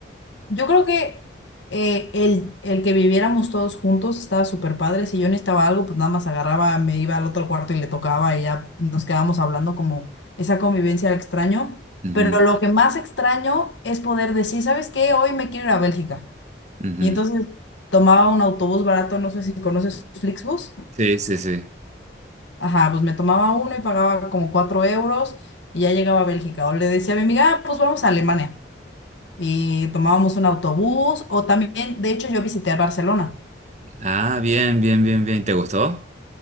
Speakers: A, on the left; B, on the right.
A: Yo creo que eh, el, el que viviéramos todos juntos estaba súper padre. Si yo necesitaba algo, pues nada más agarraba, me iba al otro cuarto y le tocaba y ya nos quedábamos hablando como esa convivencia la extraño.
B: Ujú,
A: Pero lo que más extraño es poder decir, ¿sabes qué? Hoy me quiero ir a Bélgica.
B: ujú.
A: Y entonces tomaba un autobús barato, no sé si conoces Flixbus.
B: Sí, sí, sí.
A: Ajá, pues me tomaba uno y pagaba como cuatro euros y ya llegaba a Bélgica. O le decía a mi amiga, "Ah, pues vamos a Alemania. Y tomábamos un autobús o también, de hecho, yo visité Barcelona.
B: Ah, bien, bien, bien, bien. ¿Te gustó?